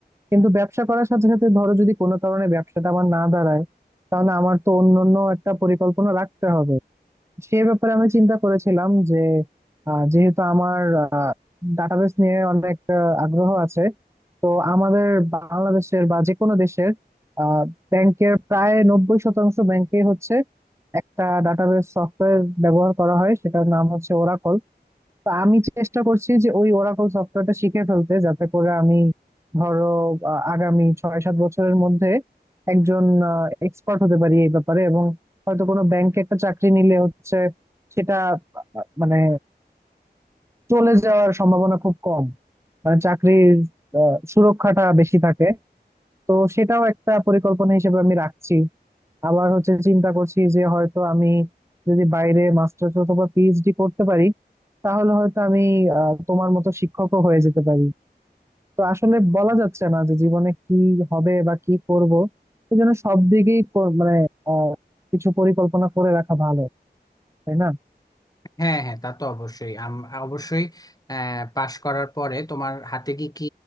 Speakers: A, on the right; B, on the left.
A: কিন্তু ব্যবসা করার সাথে সাথে ধরো যদি কোনো কারণে ব্যবসাটা আমার না দাঁড়ায় তাহলে আমার তো অন্য অন্য একটা পরিকল্পনা রাখতে হবে সে ব্যাপারে আমি চিন্তা করেছিলাম যে আহ, যেহেতু আমার ডাটাবেস নিয়ে অনেক আহ, আগ্রহ আছে তো আমাদের বাংলাদেশের বা যে কোনো দেশের ব্যাংকের প্রায় নব্বই শতাংশ ব্যাংকে হচ্ছে একটা ডাটাবেস সফটওয়্যার ব্যবহার করা হয় সেটার নাম হচ্ছে ওরাকল তো আমি চেষ্টা করছি যে ওই ওরাকল সফটওয়্যারটা শিখে ফেলতে যাতে করে আমি ধরো আ, আগামী ছয় সাত বছরের মধ্যে একজন এক্সপার্ট হতে পারি এই ব্যাপারে এবং হয়তো কোনো ব্যাংকে একটা চাকরি নিলে হচ্ছে সেটা আ, মানে চলে যাওয়ার সম্ভাবনা খুব কম মানে চাকরির আ, সুরক্ষাটা বেশি থাকে তো সেটাও একটা পরিকল্পনা হিসেবে আমি রাখছি আবার হচ্ছে চিন্তা করছি যে হয়তো আমি যদি বাইরে মাস্টার্স অথবা পিএইচডি করতে পারি তাহলে হয়তো আমি আহ, তোমার মতো শিক্ষকও হয়ে যেতে পারি তো আসলে বলা যাচ্ছে না যে জীবনে কি হবে বা কি করব এই জন্য সব দিকেই কর- মানে আহ, কিছু পরিকল্পনা করে রাখা ভালো তাই না
B: হ্যাঁ হ্যাঁ তা তো অবশ্যই আম- অবশ্যই আহ, পাশ করার পরে তোমার হাতে কি কি